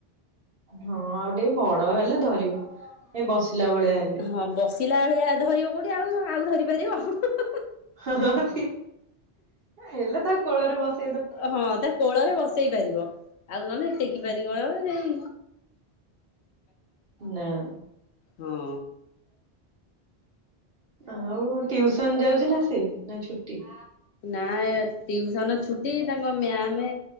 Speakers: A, on the right (about 55°); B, on the left (about 80°).
A: ହଁ ଆଉ ଟିକେ ବଡ ହେଲେ ଧରିବ ଏ ବସିଲା ଭଳିଆ ହେଲେ।
B: ହଁ ବସିଲା ଭଳିଆ ଧରିବ କୋଉଠି ଆଉ ଆଉ ଧରି ପାରିବ। <unintelligible>
A: <unintelligible> ହଁଁ ହେଲେ ତା କୋଳରେ ବସ
B: ହଁ ତା କୋଳରେ ବସେଇ ପାରିବ ଆଉ ନହେଲେ ଟେକି ପାରିବ ଯାଇ।
A: ନାଁ।
B: ହଁ
A: ଆଉ ଟିଉସନ ଯାଉଛି ନା ସେ ନା ଛୁଟି।
B: ନା ଟିଉସନ ଛୁଟି ତାଙ୍କ ମ୍ୟାମ